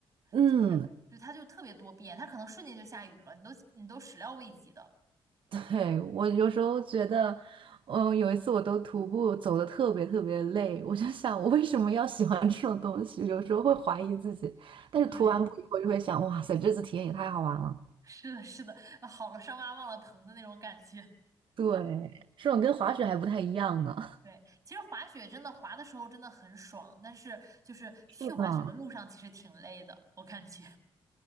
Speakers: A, on the right; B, on the right.
A: 嗯，
B: 就是对，它就特别多变，它可能瞬间就下雨了，你都你都始料未及的。
A: 对，我有时候觉得，嗯，有一次我都徒步走的特别特别累，我就想我为什么要喜欢这种东西？有时候会怀疑自己，但是涂完步以后就会想，
B: 对
A: 哇塞，这次体验也太好玩了。
B: 是的，是的，啊好了伤疤忘了疼的那种感觉。
A: 对，这种跟滑雪还不太一样呢。
B: <laughs> 对，其实滑雪真的滑的时候真的很爽，但是就是去滑雪的路上其实挺累的，
A: 是的。
B: 我感觉。